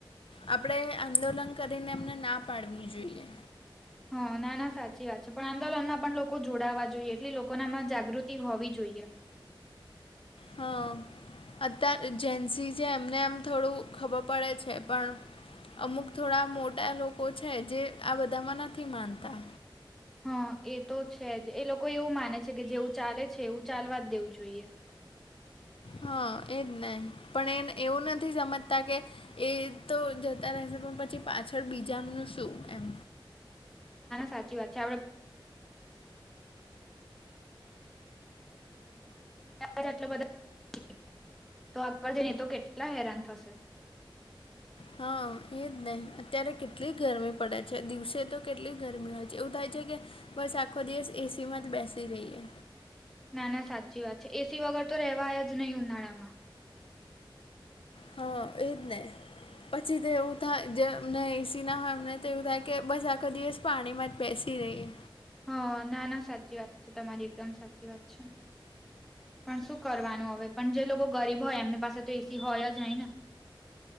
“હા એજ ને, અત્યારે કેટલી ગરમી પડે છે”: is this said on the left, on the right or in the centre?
Left